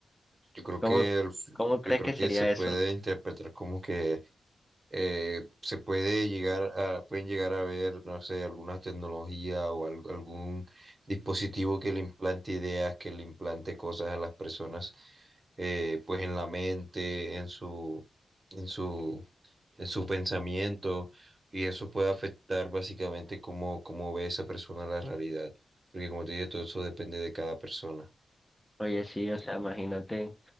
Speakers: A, on the right; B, in the centre.
A: Yo creo
B: ¿Cómo,
A: que el f-
B: cómo crees
A: yo creo
B: que sería
A: que se puede
B: eso?
A: interpretar como que eh, se puede llegar a, pueden llegar a ver, no sé, alguna tecnología o al- algún dispositivo que le implante ideas, que le implante cosas a las personas, eh, pues en la mente, en su, en su, en su pensamiento. Y eso puede afectar básicamente cómo, cómo ve esa persona la realidad. Porque como te dije, todo eso depende de cada persona.
B: Oye, sí, o sea, imagínate,